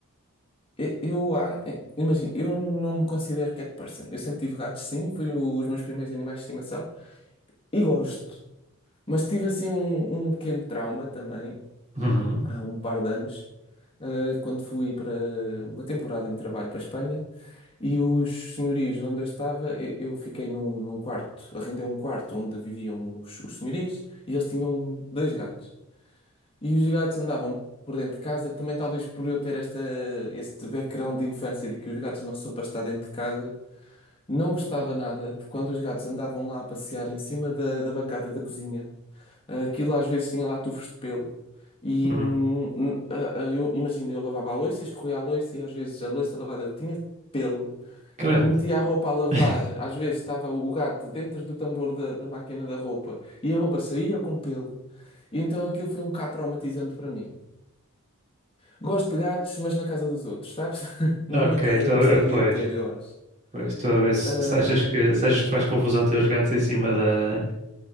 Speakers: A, on the left; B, on the right.
A: eu, eu a- imagino, eu não me considero cat person. Eu sempre tive gatos, sim, foi os meus primeiros animais de estimação e gosto. Mas tive assim um, um pequeno trauma também
B: Uhum.
A: há um par de anos, eh, quando fui para uma temporada em trabalho para a Espanha. E os senhorios onde eu estava, eu, eu fiquei num, num quarto, arrendei um quarto onde viviam os, os senhorios e eles tinham dois gatos. E os gatos andavam por dentro de casa, também talvez por eu ter esta, este background de infância de que os gatos não são para estar dentro de casa, não gostava nada de quando os gatos andavam lá a passear em cima da, da bancada da cozinha. Aquilo às vezes tinha lá tufos de pelo. E
B: Hum.
A: hum, hum, ah, ah, eu imagino, eu lavava a louça, escorria a louça e às vezes a louça lavada tinha pelo
B: Credo.
A: e metia a roupa a lavar.
B: <laughs>
A: Às vezes estava o gato dentro do tambor da, da máquina da roupa e a roupa saía com pelo. E então aquilo foi um bocado traumatizante para mim. Gosto de gatos, mas na casa dos outros, sabes? <laughs> Na
B: Ok,
A: minha casa
B: estou
A: não gostaria
B: a ver, pois.
A: de ter, eu acho.
B: Pois, estou a ver se,
A: Ahm,
B: se achas que, se achas que tu faz confusão ter os gatos em cima da,